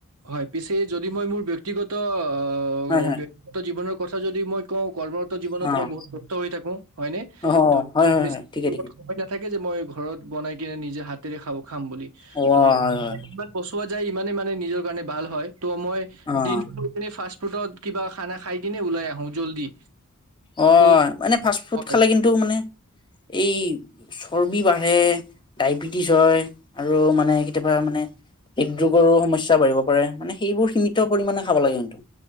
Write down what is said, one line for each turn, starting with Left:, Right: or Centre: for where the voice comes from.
Right: হয়, পিছে যদি মই মোৰ ব্যক্তিগত অ',
Left: হয়, হয়,
Right: ব্যক্তিগত জীৱনৰ কথা যদি মই কওঁ কৰ্মৰত জীৱনত
Left: অ',
Right: মই বহুত ব্যস্ত হৈ থাকো হয়নে
Left: অ',
Right: ত'
Left: হয়, হয়,
Right: বেছি
Left: হয়, ঠিকে,
Right: লগত
Left: ঠিকে,
Right: সময় নাথাকে যে মই ঘৰত বনাই কিনে নিজে হাতেৰে খাব খাম বুলি।
Left: অ', হয়,
Right: ত'
Left: হয়,
Right: একবাৰ পচোৱা যায় মানে মানে নিজৰ কাৰণে ভাল হয়। ত' মই
Left: অ',
Right: দিনটো কৰি ফাৰ্ষ ফ্ৰুটত কিবা খানা খাই কিনে ওলাই আহো জল্দি।
Left: অ',
Right: ত'
Left: মানে ফাষ্ট ফুড
Right: হয়
Left: খালে কিন্তু মানে এই <unintelligible> বাঢ়ে। ডায়বেটিছ হয় আৰু মানে কেতিয়াবা মানে হৃদৰোগৰো সমস্যা বাঢ়িব পাৰে মানে সেইবোৰ সীমিত পৰিমাণে খাব লাগে কিটো